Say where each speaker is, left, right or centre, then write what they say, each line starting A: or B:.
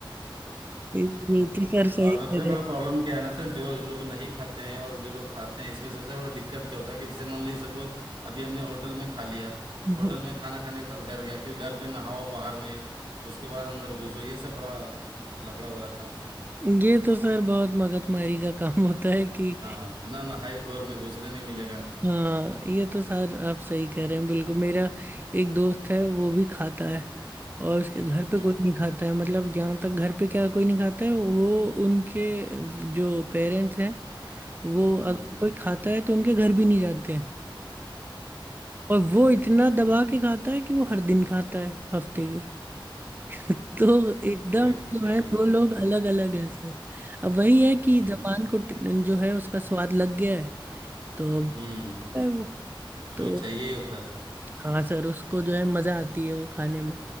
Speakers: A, on the right; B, on the right.
A: ये तो सर सही
B: <laughs> और सबसे
A: कह रहे
B: बड़ा
A: हैं
B: प्रॉब्लम क्या है ना सर जो लोग नहीं खाते हैं और जो लोग खाते हैं इसमें सबसे बड़ा दिक्कत क्या होता है कि जैसे मान लीजिए सपोज अभी हमने होटल में खा लिया
A: <laughs>
B: होटल में खाना खाने के बाद घर गया फिर घर पे नहाओ बाहर में उसके बाद अंदर घुसो ये सब बड़ा लफड़ा वाला काम है
A: हम्म, ये तो सर बहुत मगजमारी का काम होता है कि
B: हाँ बिना नहाए घर में घुसने नहीं मिलेगा
A: हाँ ये तो सर आप सही कह रहे हैं बिल्कुल मेरा एक दोस्त है वो भी खाता है और उसके घर पे
B: हम्म
A: कोई नहीं खाता है मतलब जहाँ तक घर पे क्या कोई नहीं खाता है वो उनके जो पेरेंट्स हैं वो अगर
B: हम्म।
A: कोई खाता है तो उनके घर भी नहीं जाते हैं और वो इतना दबा के खाता है कि वो हर दिन खाता है हफ्ते के <laughs> तो
B: <laughs>
A: एकदम
B: सही सही
A: जो है
B: है
A: दो
B: सही
A: लोग
B: है।
A: अलग अलग हैं सर अब वही है कि
B: हम्म
A: जबान को ट- जो है उसका स्वाद लग गया है तो अब
B: हम्म
A: है वो
B: उसको
A: तो
B: चाहिए ही होता है
A: हाँ सर उसको जो है मज़ा आती है वो खाने में